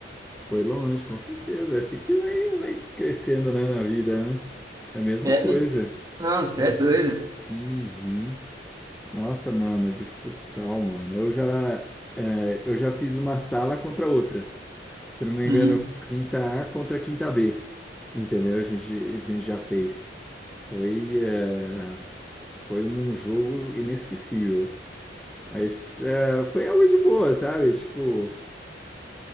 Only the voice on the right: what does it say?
É,
n- não, você é doido.
Uhum.